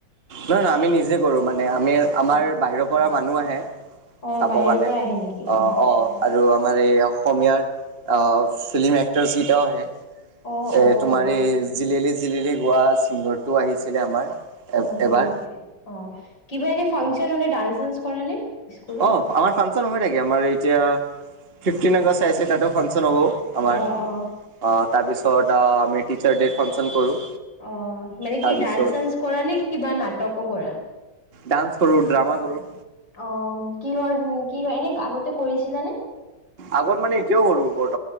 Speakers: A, on the right; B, on the left.
A: না-না আমি নিজে কৰো মানে, আমি, আমাৰ
B: অ
A: বাহিৰৰ পৰা মানুহ আহে।
B: অ
A: চাব
B: বাহিৰৰ
A: কাৰণে
B: পৰা
A: আ
B: আহে নেকি আচ্ছা
A: অ আৰু আমাৰ এই অসমীয়াৰ অ ফিল্ম এক্টৰ্ছ কিতাও আহে
B: অ
A: এ
B: অ
A: তুমাৰ
B: অ
A: এ জিলেলে জিলেলে গোৱা ছিংগাৰটো আহিছিলে আমাৰ
B: অ হয়
A: এবাৰ।
B: নেকি অ কিবা এনে ফাংচন হলে ডান্স চান্স কৰা নে? স্কুলত
A: অ আমাৰ ফাংচন হৈ থাকে আমাৰ এতিয়া ফিফটিন আগষ্ট আহিছিল তাতো ফাংচন হ'ব আমাৰ
B: অ অ
A: তাৰপিছত আমি টিচাৰ ডে ফাংচন কৰোঁ।
B: অ মানে
A: তাৰপিছত
B: কি ডান্স চান্স কৰা নে কি বা নাটকো কৰা?
A: ডান্স কৰো ড্ৰামা কৰো।
B: অ কিহৰ কি হয় এনে আগতে কৰিছিলানে?
A: আগত মানে এতিয়াও কৰো কৰ